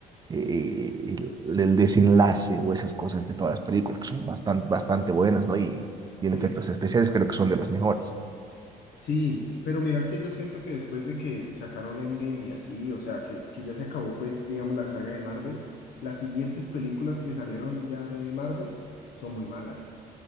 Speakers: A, on the right; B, on the left.
A: eh, eh, el, el desenlace o esas cosas de todas las películas, que son bastante, bastante buenas, ¿no? Y,
B: sí.
A: y en efectos especiales creo que son de las mejores.
B: Sí, pero mira que yo siento que después de que sacaron Endgame y así, o sea, que, que ya se acabó, pues, digamos, la saga de Marvel, las siguientes películas que salieron ya de Marvel son muy malas.